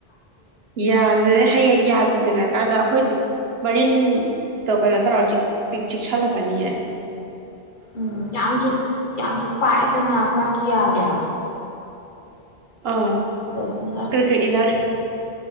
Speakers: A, on the right; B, on the left.
A: ꯌꯥꯁꯤꯗꯅꯦ ꯍꯌꯦꯡ ꯌꯥ ꯆꯤꯟꯖꯔꯀꯥꯟꯗ ꯑꯩꯈꯣꯏꯗꯤ ꯃꯔꯤꯜ ꯇꯀꯥꯟꯅ ꯇ ꯄꯛ ꯆꯛ ꯆꯂꯀꯥꯅꯤ
B: ꯎꯝ ꯌꯥꯝꯁꯨ ꯌꯥꯝꯁꯨ ꯄꯥꯛꯗꯅ ꯑꯩꯋꯥ ꯀꯤꯌꯥꯗꯦ
A: ꯑ
B: ꯑꯗꯨꯅ
A: ꯀꯔ ꯀꯩ ꯏꯗꯔꯦ